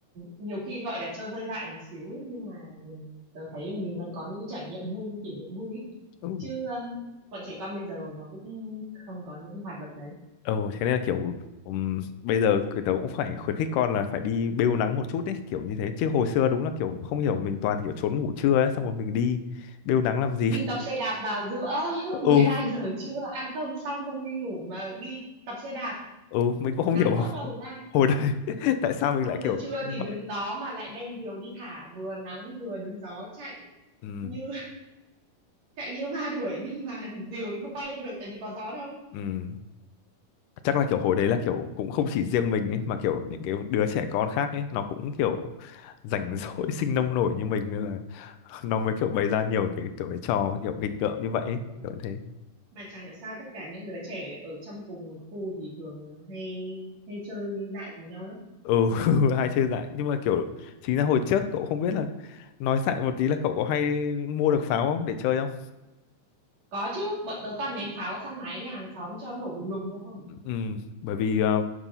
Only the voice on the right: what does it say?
nhiều khi gọi là chơi hơi dại một xíu ấy, nhưng mà mình tớ thấy mình vẫn có những cái trải nghiệm vui kỷ niệm vui ấy.
chứ um, bọn trẻ con bây giờ nó cũng không có những cái hoạt động đấy
đi tập xe đạp vào giữa <laughs>
12
giờ trưa ăn cơm xong không đi ngủ mà đi tập xe đạp
nắng
vỡ
đầu ra
xong
rồi
trưa
thì
đứng gió mà lại đem diều đi thả vừa nắng vừa đứng gió chạy
như chạy như ma đuổi nhưng mà <laughs> diều thì không bay lên được tại vì có gió đâu
Ừ.
mà chẳng hiểu sao tất cả những đứa trẻ ở trong cùng một khu thì thường hay hay chơi dại cùng nhau lắm
có chứ bọn tớ toàn ném pháo sang mái nhà hàng xóm cho nổ đùng đùng ra thôi